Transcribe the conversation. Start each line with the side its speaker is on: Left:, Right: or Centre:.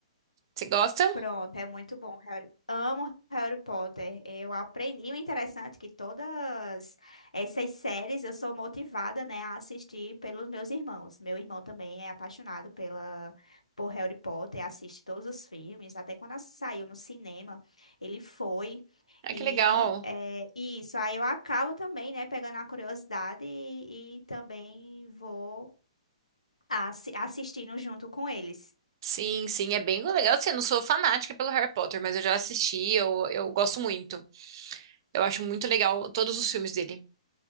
Right: Você gosta?
Left: Pronto, é muito bom. Harry. Amo Harry Potter. Eu aprendi o interessante é que todas essas séries eu sou motivada, né, a assistir pelos meus irmãos. Meu irmão também é apaixonado pela por Harry Potter, assiste todos os filmes, até quando a- saiu no cinema, ele foi.
Right: Ah,
Left: E
Right: que legal.
Left: é, e isso, aí eu acabo também, né, pegando a curiosidade e, e também vou assi- assistindo junto com eles.
Right: Sim, sim, é bem legal. Assim, eu não sou fanática pelo Harry Potter, mas eu já assisti, eu, eu gosto muito. Eu acho muito legal todos os filmes dele.